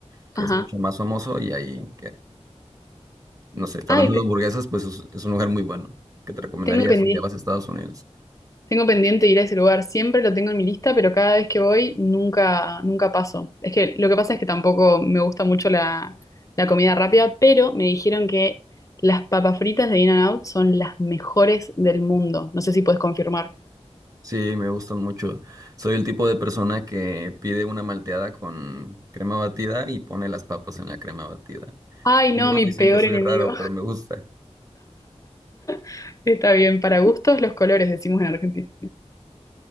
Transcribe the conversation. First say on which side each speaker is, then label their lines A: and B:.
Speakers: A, on the right (about 30°); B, on the left (about 25°).
A: que
B: Ajá.
A: es mucho más famoso y ahí no sé, está
B: Ay,
A: hablando
B: te-
A: de hamburguesas, pues es, es un lugar muy bueno que te recomendaría
B: tengo pendiente.
A: si ya vas a Estados Unidos.
B: Tengo pendiente ir a ese lugar, siempre lo tengo en mi lista, pero cada vez que voy nunca, nunca paso. Es que lo que pasa es que tampoco me gusta mucho la, la comida rápida, pero me dijeron que las papas fritas de In-N-Out son las mejores del mundo. No sé si puedes confirmar.
A: Sí, me gustan mucho. Soy el tipo de persona que pide una malteada con crema batida y pone las papas en la crema batida.
B: Ay, no,
A: Amigos
B: mi
A: dicen
B: peor
A: que soy
B: enemigo.
A: raro, pero me gusta.
B: <laughs> Está bien, para gustos los colores, decimos en Argentina.